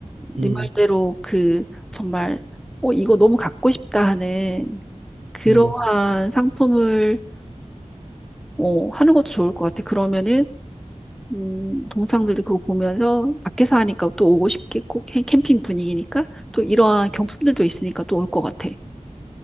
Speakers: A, on the right (about 65°); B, in the centre.
A: 음,
B: 네 말대로 그 정말 어, 이거 너무 갖고 싶다 하는 그러한
A: 음.
B: 상품을 어, 하는 것도 좋을 것 같아. 그러면은 음, 동창들도 그거 보면서 밖에서 하니까 또 오고 싶겠고 캠- 캠핑 분위기니까 또 이러한
A: 어.
B: 경품들도 있으니까 또 올 것 같아.